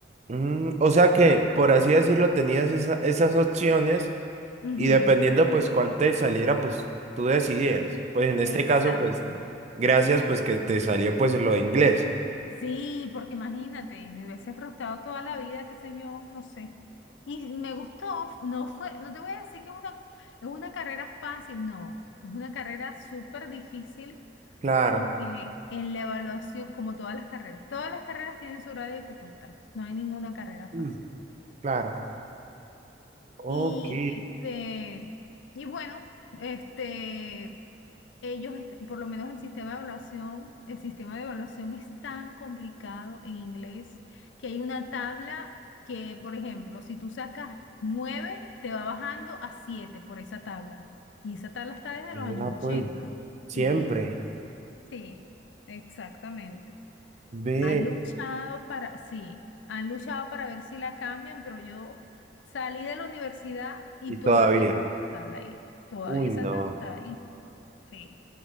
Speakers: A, on the right (about 35°); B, on the left (about 75°).
A: Mm, o sea que, por así decirlo, tenías esa- esas opciones
B: Ujú,
A: Y dependiendo pues cuál te saliera, pues tú decidías. Pues en este
B: Exacto.
A: caso, pues gracias pues que te salió pues lo de inglés.
B: Sí, porque imagínate, me hubiese frustrado toda la vida, qué sé yo, no sé. Y me gustó, f- no fue, no te voy a decir que es una, es una carrera fácil, no, es una carrera súper difícil
A: Claro,
B: porque en la evaluación, como todas las carreras, todas las carreras tienen su grado de dificultad, no hay ninguna carrera fácil.
A: mm, claro. Ok,
B: Y este, y bueno, este ellos, est- por lo menos el sistema de evaluación, el sistema de evaluación es tan complicado en inglés que hay una tabla que, por ejemplo, si tú sacas 9 te va bajando a 7 por esa tabla. Y esa tabla está desde
A: vea
B: los años
A: pues,
B: ochenta
A: siempre,
B: Sí, sí, exactamente.
A: ve
B: Han luchado para, sí, han luchado para ver si la cambian, pero yo salí de la universidad y
A: y todavía.
B: todavía está esa tabla ahí. Todavía
A: Uy,
B: esa
A: no.
B: tabla está ahí. Sí.